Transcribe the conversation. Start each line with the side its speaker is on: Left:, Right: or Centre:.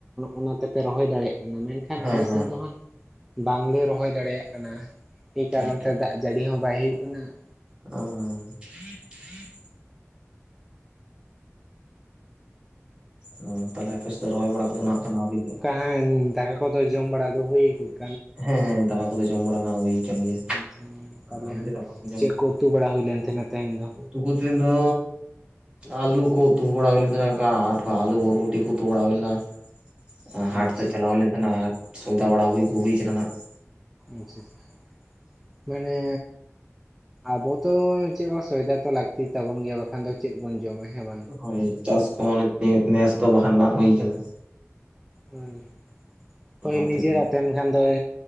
Centre: ᱚᱱᱟ ᱛᱮᱯᱮ ᱨᱚᱦᱚᱭ ᱫᱟᱲᱮᱭᱟᱜ ᱠᱟᱱᱟ ᱢᱮᱱᱠᱷᱟᱱ
Right: ᱦᱮᱸ
Centre: ᱟᱞᱮ ᱥᱮᱱ ᱫᱚ ᱦᱟᱸᱜ ᱵᱟᱝᱞᱮ ᱨᱚᱦᱚᱭ ᱫᱟᱲᱮᱭᱟᱜ ᱠᱟᱱᱟ ᱮ ᱠᱟᱨᱚᱱ
Right: ᱟᱪᱪᱷᱟ
Centre: ᱛᱮ ᱫᱟᱜ ᱡᱟᱲᱤ ᱦᱚᱸ ᱵᱟᱭ ᱦᱩᱭᱩᱜ ᱠᱟᱱᱟ ᱾
Right: ᱚ ᱦᱩᱸ ᱛᱟᱦᱞᱮ ᱟᱯᱮ ᱥᱮᱫ ᱫᱚ ᱨᱚᱦᱚᱭ ᱵᱟᱲᱟ ᱠᱚᱫᱚ ᱱᱟᱜ ᱠᱷᱟᱱ ᱟᱣᱨᱤ <unintelligible>
Centre: ᱦᱮᱸ ᱫᱟᱠᱟ ᱠᱚᱫᱚ ᱡᱚᱢ ᱵᱟᱲᱟ ᱫᱚ ᱦᱩᱭ ᱠᱟᱱᱟ ᱾
Right: ᱦᱮᱸ ᱦᱮᱸ ᱫᱟᱠᱟ ᱠᱚᱫᱚ ᱡᱚᱢ ᱵᱟᱲᱟ ᱱᱟ ᱦᱩᱭ ᱠᱟᱱ ᱜᱮᱭᱟ᱾
Centre: ᱟᱪᱪᱷᱟ ᱛᱟᱦᱞᱮ
Right: ᱟᱢᱜᱮ
Centre: ᱦᱟᱸᱜ
Right: ᱫᱟᱠᱟ ᱠᱚᱢ
Centre: ᱪᱮᱫ ᱠᱚ ᱩᱛᱩ ᱵᱟᱲᱟ ᱦᱩᱭ ᱞᱮᱱ ᱛᱷᱮᱱᱟ ᱛᱮᱦᱮᱧ ᱫᱚ?
Right: <unintelligible> ᱛᱤᱱ ᱫᱚ ᱟᱞᱩ ᱠᱚ ᱩᱛᱩ ᱵᱟᱲᱟ ᱦᱩᱭ ᱞᱮᱱ ᱛᱷᱮᱱᱟ ᱚᱝᱠᱟ ᱟᱞᱩ ᱵᱚᱨᱵᱩᱴᱤ ᱠᱚ ᱩᱛᱩ ᱵᱟᱲᱟ ᱦᱩᱭ ᱞᱮᱱᱟ ᱾ ᱦᱟᱴ
Centre: ᱟᱪᱪᱷᱟ
Right: ᱥᱮᱫ ᱪᱟᱞᱟᱣ ᱦᱩᱭ ᱞᱮᱱ ᱛᱟᱦᱮᱱᱟ ᱦᱟᱴ ᱥᱚᱭᱫᱟ ᱵᱟᱲᱟ ᱦᱩᱭ ᱦᱩᱭ ᱠᱟᱱᱟ ᱱᱟᱜ ᱾
Centre: ᱟᱪᱪᱷᱟ ᱪᱷᱟ ᱢᱟᱱᱮ ᱟᱵᱚ ᱛᱚ ᱪᱮᱫ ᱠᱚ ᱥᱚᱭᱫᱟ ᱠᱚ ᱞᱟᱹᱠᱛᱤ ᱛᱟᱵᱚᱱ ᱜᱮᱭᱟ ᱵᱟᱠᱷᱟᱱ ᱫᱚ ᱪᱮᱫ ᱵᱚᱱ ᱡᱚᱢᱟ ᱦᱮᱸ ᱵᱟᱝ ᱾
Right: ᱦᱚᱭ ᱪᱟᱥ ᱠᱚᱦᱚᱸ <unintelligible> ᱱᱮᱥ ᱫᱚ ᱵᱟᱠᱷᱟᱱ ᱵᱟᱝ ᱦᱩᱭ ᱟᱠᱟᱱᱟ᱾
Centre: ᱦᱚᱭ <unintelligible>
Right: ᱚᱱᱟ
Centre: ᱦᱚᱭ ᱱᱤᱡᱮᱨᱟᱜ
Right: ᱛᱮᱜᱮ
Centre: ᱛᱟᱦᱮᱸᱱ ᱠᱷᱟᱱ ᱫᱚᱭ